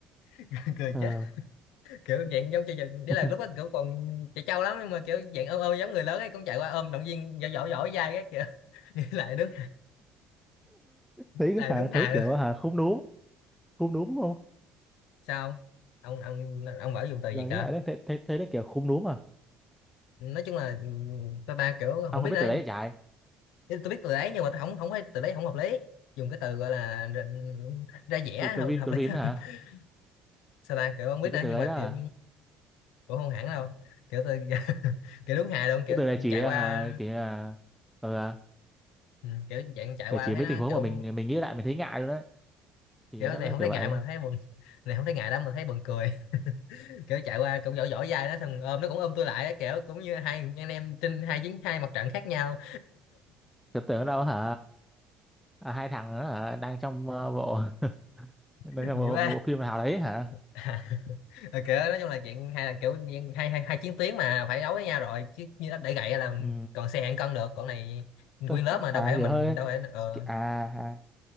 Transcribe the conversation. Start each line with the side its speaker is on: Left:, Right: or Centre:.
Left: <laughs> cười
Centre: ờ
Left: chết kiểu dạng giống chơi đấy
Centre: <laughs>
Left: là lúc đó kiểu còn chạy trâu lắm nhưng mà kiểu dạng ôm ôm giống người lớn ấy cũng chạy qua ôm động viên dỗ dỗ dỗ dai các kiểu <laughs> nghĩ lại đứng
Centre: thấy
Left: lại
Centre: hả
Left: đứng
Centre: thấy
Left: hài
Centre: kiểu
Left: luôn
Centre: hả khúm núm khúm núm đúng không
Left: sao không? ông ông ông bảo dùng từ gì
Centre: giờ
Left: cả
Centre: nghĩ lại đó thấy thấy thấy nó kiểu khúm núm à
Left: nói chung là ừ, ba ba kiểu
Centre: ông
Left: không biết
Centre: có biết
Left: nữa
Centre: từ đấy chạy
Left: Thế tôi biết từ đấy nhưng mà tôi không không thấy từ đấy không hợp lý dùng cái từ gọi là ra, ra vẻ
Centre: green
Left: hợp, hợp
Centre: green
Left: lý hơn
Centre: hả
Left: <laughs> sao ta kiểu không biết
Centre: thì cái
Left: nữa
Centre: từ
Left: nhưng
Centre: đấy
Left: mà
Centre: đó
Left: kiểu
Centre: à
Left: cũng không hẳn đâu kiểu tôi <laughs> kiểu đúng hài luôn kiểu
Centre: cái từ này chỉ
Left: chạy
Centre: hả
Left: qua
Centre: kiểu là ờ,
Left: ừ, kiểu chạy chạy
Centre: để
Left: qua
Centre: chỉ
Left: thấy
Centre: mấy
Left: nó
Centre: tình huống
Left: kiểu
Centre: mà mình mình nghĩ lại mình thấy ngại luôn đấy thì
Left: kiểu
Centre: nó,
Left: này
Centre: nó
Left: không
Centre: kiểu
Left: thấy
Centre: vậy
Left: ngại mà thấy buồn này không thấy ngại đâu mà thấy buồn cười <laughs> kiểu chạy qua cũng vỗ vỗ vai nó xong ôm nó cũng ôm tôi lại á, kiểu cũng như hai anh em trên hai chiến hai mặt trận khác nhau
Centre: tưởng tượng đâu hả à, hai thằng đó hả đang trong ờ, bộ
Left: <laughs>
Centre: nói là
Left: nhiều
Centre: bộ, bộ phim nào đấy hả
Left: À, <laughs> Ờ, kiểu nói chung là chuyện hay là kiểu như hai hai hai chiến tuyến mà phải đấu với nhau rồi chứ như nó để gậy là mình
Centre: ừ.
Left: còn xe hạng cân được còn này nguyên
Centre: Tôi-
Left: lớp mà đâu
Centre: à
Left: thể
Centre: kiểu
Left: mình
Centre: hơi
Left: đâu thể ờ
Centre: à, à